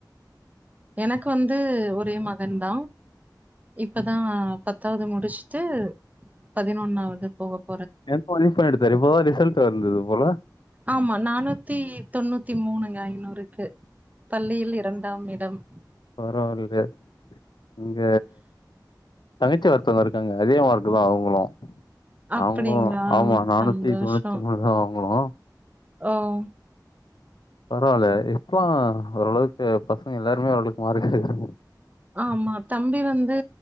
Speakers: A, on the right; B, on the left.
A: எனக்கு வந்து ஒரே மகன் தா இப்பதா பத்தாவது முடிச்ட்டு பதினொன்னாவது போகப்
B: என்ன மனிஷ் பண்ணி எடுத்தாரு இப்பதா ரிசல்ட் வந்தது போல
A: ஆமா நானூத்தி தொண்ணூத்தி மூணுங்க ஐந்நூறுக்கு பள்ளியில் இரண்டாம் இடம்
B: பரவாயில்ல இங்க தங்கச்சி ஒர்த்தங்க இருக்காங்க அதே மார்க்கு தா அவுங்களு
A: அப்படிங்களா
B: அவுங்களு ஆமா நானூத்தி
A: சந்தோஷோ
B: தொண்ணூத்தி மூணுதா அவுங்களு
A: ஓ
B: பரவால்லயே இப்போ ஒரளவுக்கு பசங்க எல்லாருமே ஒரளவுக்கு மார்க் எடுக்குறாங்க
A: ஆமா தம்பி வந்து